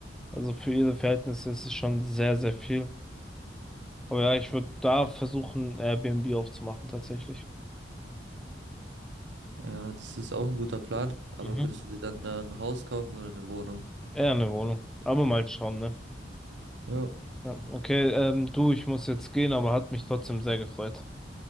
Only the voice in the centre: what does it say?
Also für ihre Verhältnisse ist es schon sehr, sehr viel. Aber ja, ich würde da versuchen, Airbnb aufzumachen, tatsächlich.
Mhm.
Eher eine Wohnung. Aber mal schauen, ne?
Ja, okay, ähm, du, ich muss jetzt gehen, aber hat mich trotzdem sehr gefreut.